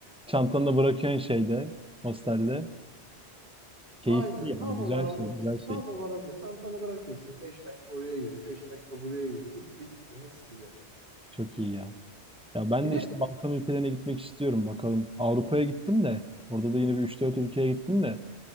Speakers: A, in the centre; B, on the right (about 50°).
A: Çantanı da bırakıyorsun şeyde, hostelde. Keyifli
B: Aynen
A: ya,
B: tam
A: güzel
B: olarak
A: şey,
B: o.
A: güzel şey.
B: Tam olarak o. Çantanı bırakıyorsun. beş dakika oraya yürü, 5 dakika buraya yürü. Bitti gitti mis gibi.
A: Çok iyi ya. Ya ben
B: Bir
A: de
B: de
A: işte Balkan ülkelerine gitmek istiyorum bakalım. Avrupa'ya gittim de, orada da yine bir üç dört ülkeye gittim de.